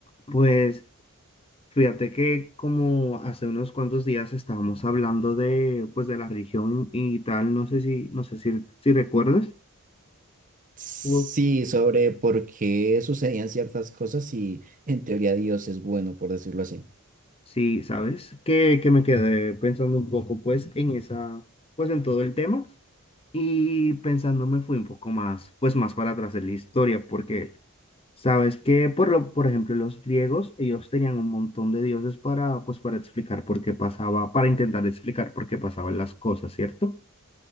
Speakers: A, on the left; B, on the right.
A: Pues fíjate que como hace unos cuantos días estábamos hablando de pues de la religión y tal, no sé si no sé si, si recuerdas
B: Sí,
A: o
B: sobre por qué sucedían ciertas cosas y en teoría Dios es bueno, por decirlo así.
A: si sabes que, que me quedé pensando un poco pues en esa pues en todo el tema y pensando me fui un poco más pues más para atrás en la historia porque sabes que por lo por ejemplo los griegos ellos tenían un montón de dioses para pues para explicar por qué pasaba para intentar explicar por qué pasaban las cosas, ¿cierto?